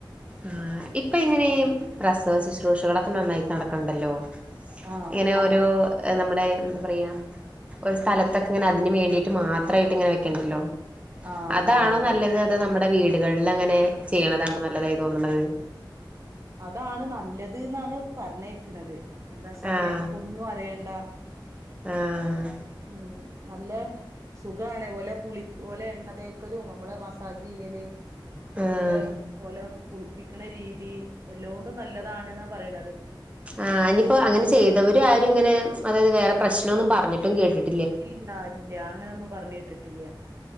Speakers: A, on the right; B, on the right.
A: ആ ഇപ്പൊ ഇങ്ങനെ ഈ പ്രസവ ശുശ്രൂഷകളൊക്കെ നന്നായിട്ട് നടക്കണുണ്ടല്ലോ
B: ആഹ്
A: ഇങ്ങനെ ഒരോ നമ്മടെ എന്താ പറയാ ഒരു സ്ഥലത്തൊക്കെ ഇങ്ങനെ അതിന് വേണ്ടിയിട്ട് മാത്രമായിട്ട് ഇങ്ങനെ വെക്കണുണ്ടല്ലോ
B: ആഹ്
A: അതാണോ
B: അതെ അതെ
A: നല്ലത് അതോ നമ്മുടെ വീ ടുകളിൽ അങ്ങനെ ചെയ്യണതാണോ നല്ലതായി തോന്നണത്
B: അതാണ് നല്ലത് എന്നാണ് പറഞ്ഞ് കേക്കണത് എന്താച്ചാല്
A: ആഹ്
B: നമ്മുക്ക് ഒന്നും അറിയ ണ്ടാ
A: ആഹ്
B: ഉം നല്ല സുഖാണ് ഓലെ കുളി ഓലെ എണ്ണ തേക്കലും നമ്മളെ മസാജ് ചെയ്യല് അതുപോലെ
A: ആഹ്
B: ഓലെ കുളിപ്പിക്കണ രീതി എല്ലോണ്ടും നല്ലതാണന്നാ പറയണത്
A: ആ ഇനിപ്പോ അങ്ങനെ ചെയ്തവരാരും ഇങ്ങനെ അതായത് വേറെ പ്രശ്നമൊന്നും പറഞ്ഞിട്ടും കേട്ടിട്ടില്ല
B: ഇല്ല ഇല്ല അങ്ങനൊന്നും പറഞ്ഞ് കേട്ടിട്ടില്ല